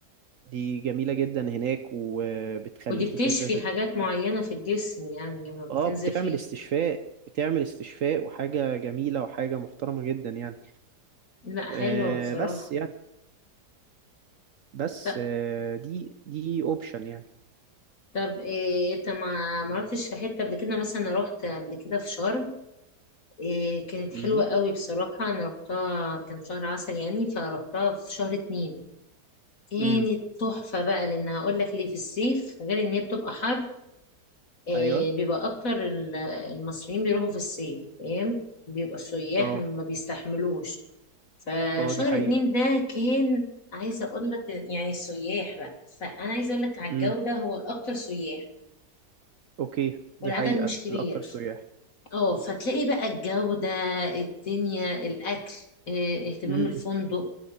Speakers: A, on the right; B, on the left.
A: دي جميلة جدا هناك وبتخليكي
B: ودي بتشفي
A: كده
B: حاجات معينه في الجسم يعني لما بتنزل
A: اه بتعمل
B: فيها
A: استشفاء بتعمل استشفاء وحاجة جميلة وحاجة محترمة جدا يعني
B: لا حلوة
A: آه
B: بصراحة
A: بس يعني بس
B: طب
A: آه دي دي اوبشن يعني
B: طب إيه انت ما ما رحتش في حتة قبل كده مثلا أنا رحت قبل كده في شرم إيه كانت
A: امم
B: حلوة قوي بصراحة انا رحتها كان شهر عسل يعني فرحتها في شهر اتنين كانت
A: امم
B: تحفة بقى لان هقول لك ليه في الصيف غير ان هي بتبقى حر إيه
A: ايوه
B: بيبقى اكتر ال- المصريين بيروحوا في الصيف فاهم بيبقى السياح
A: اه
B: ما بيستحملوش فشهر
A: اه دي حقيقة
B: اتنين ده كان عايزة اقول لك يعني السياح بقى فانا عايزة اقول لك على
A: امم
B: الجودة هو الاكتر سياح
A: اوكي دي
B: والعدد
A: حقيقة
B: مش كبير
A: الأكتر سياح
B: اه فتلاقي بقى الجودة الدنيا الاكل اه، اهتمام
A: امم
B: الفندق